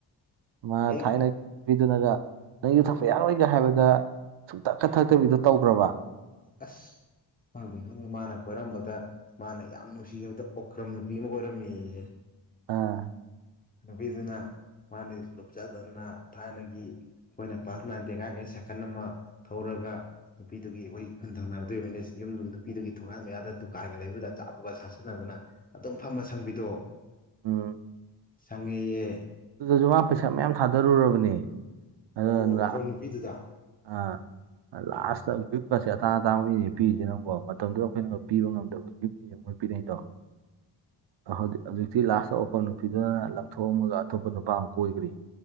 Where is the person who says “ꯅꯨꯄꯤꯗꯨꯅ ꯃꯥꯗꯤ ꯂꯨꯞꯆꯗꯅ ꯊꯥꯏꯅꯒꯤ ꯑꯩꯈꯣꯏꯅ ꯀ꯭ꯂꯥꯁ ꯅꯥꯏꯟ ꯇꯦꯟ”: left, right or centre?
Left